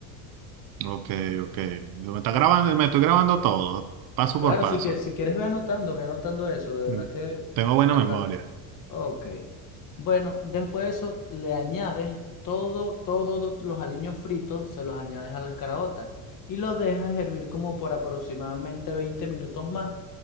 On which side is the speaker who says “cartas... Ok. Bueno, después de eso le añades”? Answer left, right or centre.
Left